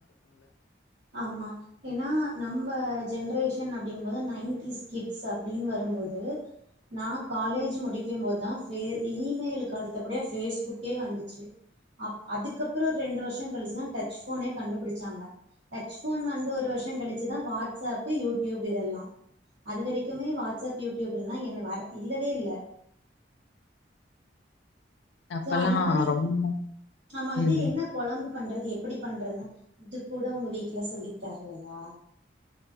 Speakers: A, on the right (about 85°); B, on the left (about 80°).
A: ஆம்மா ஏனா நம்ப ஜென்ரேஷ் ஷன் அப்டிங்கும்போது நைன்டிஸ் கிட்ஸ் அப்டின்னு வரும்போது நா காலேஜ் முடிக்கம் போதா ஃபே இமெயிலுக்கு அடுத்தபடியா ஃபேஸ்புக்கே வந்துச்சு அப் அதுக்கப்ற ரெண்டு வருஷ கழிச்சுதா டச் ஃபோனே கண்டுபுடிச்சாங்க டச் ஃபோன் வந்து ஒரு வருஷ கழிச்சுதா வாட்ஸ்அப்பு யூடியூப் இதெல்லா அது வரைக்குமே வாட்ஸ்அப் யூடியூப் எல்லா என்ன வர இல்லவே இல்ல
B: அப்பல்லாம்
A: சோ அந்த மாரி
B: ரொம்ப
A: ஆமா இது
B: ம்.
A: என்ன கொழம்பு பண்றது எப்டி பண்றதுனா இது கூட உங்க வீட்ல சொல்லித் தரலயா